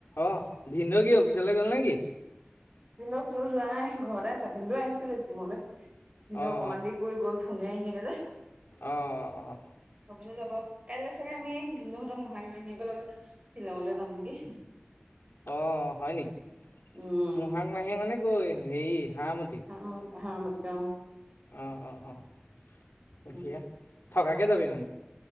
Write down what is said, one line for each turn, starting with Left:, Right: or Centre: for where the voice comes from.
Left: অঁ, ভিনদেউ কি অফিচলে গ'ল নেকি?
Right: ভিন্দৌ অফিচলে যোৱা নাই ঘৰতে আছে ভিন্দৌ আহিছিলেি জিমলে ভিন্দৌ
Left: অঁ
Right: অকমান দেৰি কৰি গ'ল। ফোনে আহি থাকে যে।
Left: অ অ অ।
Right: ভৱিষ্যত যাব কাইলে চাগে আমি ভিন্দৌহত মহাক মাহীয়েকৰ লগত শ্বিলঙলৈ যাম নেকি
Left: অ হয় নেকি
Right: উম
Left: মহাক মাহীয়েক মানে ক এই হেৰি হাঁমতি।
Right: হাম হাৰ্মতি অ।
Left: অ অ অ কুহিয়া
Right: উম
Left: থকাকে যাবি মানে?